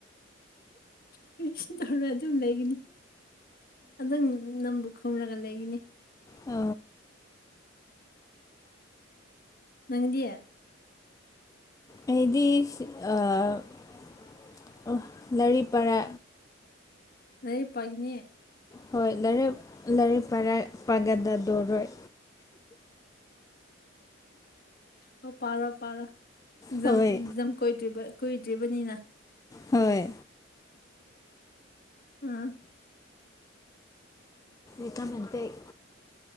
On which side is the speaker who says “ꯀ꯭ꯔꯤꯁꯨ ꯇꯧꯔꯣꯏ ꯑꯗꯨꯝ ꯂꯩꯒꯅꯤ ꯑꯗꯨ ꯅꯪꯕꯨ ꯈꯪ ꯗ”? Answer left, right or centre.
Left